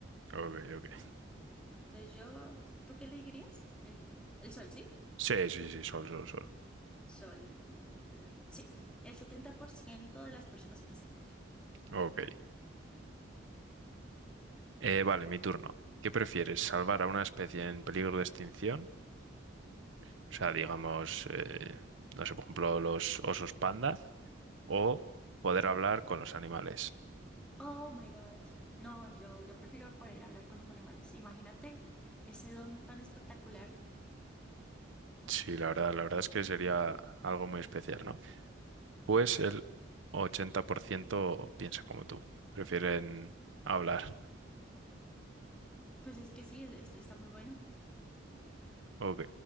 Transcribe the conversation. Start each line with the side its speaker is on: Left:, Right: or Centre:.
Right: ok, ok.
Centre: Entonces yo, ¿tú qué elegirías? El, el sol, ¿sí?
Right: Sí, sí, sí, sol, sol, sol.
Centre: Sol, eh, sí. El 70% de las personas piensa como tú.
Right: Ok. Eh, vale, mi turno. ¿Qué prefieres? ¿Salvar a una especie en peligro de extinción? O sea, digamos, eh, no sé, por ejemplo, los osos panda, o poder hablar con los animales.
Centre: Oh my God. No, yo, yo prefiero poder hablar con los animales. Imagínate ese don tan espectacular.
Right: Sí, la verdad, la verdad es que sería algo muy especial, ¿no? Pues el 80% piensa como tú. Prefieren
Centre: <laughs>
Right: hablar.
Centre: Pues es que sí, es- es- está muy bueno.
Right: Ok,